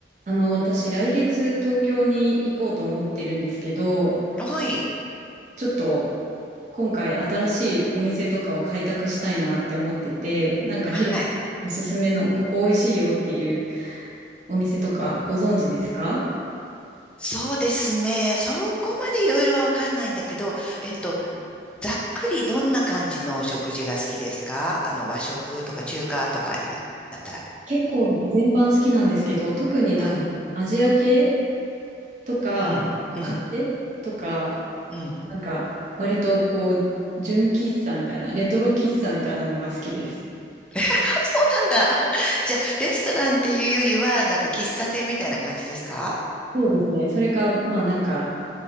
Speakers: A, on the right; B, in the centre.
A: あの、私、来月東京に行こうと思ってるんですけど、
B: はい。
A: ちょっと今回新しいお店とかを開拓したいなって思ってて、なんかヒロおすすめのここ美味しいよっていう
B: はい。
A: お店とかご存知ですか
B: そうですね。そこまでいろいろはわかんないんだけど、えっと、ざっくりどんな感じのお食事が好きですかあの、和食とか中華とかいう、だったら。
A: 結構全般好きなんですけど、特になんかアジア系
B: うん、
A: とか、
B: うん、
A: あとカフェとか、
B: うん、うん。
A: なんか割とこう、純喫茶みたいな、レトロ喫茶みたいなのが好きです。
B: <laughs> そうなんだ。<laughs> じゃあ、レストランっていうよりは、なんか喫茶店みたいな感じですか
A: そうですね。それか、まあなんか、